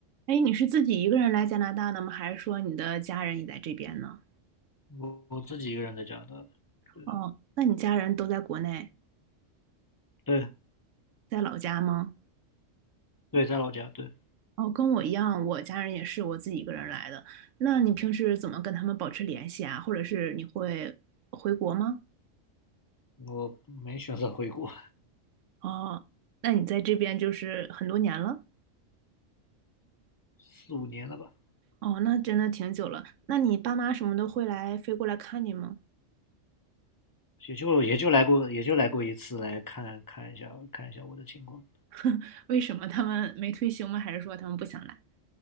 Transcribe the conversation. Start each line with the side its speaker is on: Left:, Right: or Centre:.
Right: 哎，你是自己一个人来加拿大的吗？还是说你的家人也在这边呢？
Left: 我我自己一个人在加拿大的，对
Right: 哦，那你家人都在国内，
Left: 对
Right: 在老家吗？
Left: 对，在老家，对，
Right: 哦，跟我一样，我家人也是我自己一个人来的。那你平时怎么跟他们保持联系啊？或者是你会回国吗？
Left: 我没选择回国，
Right: 哦，那你在这边就是很多年了？
Left: 四五年了吧，
Right: 哦，那真的挺久了。那你爸妈什么的会来飞过来看你吗？
Left: 也就也就来过，也就来过一次，来看看一下看一下我的情况，
Right: <laughs> 为什么他们没退休吗？还是说他们不想来？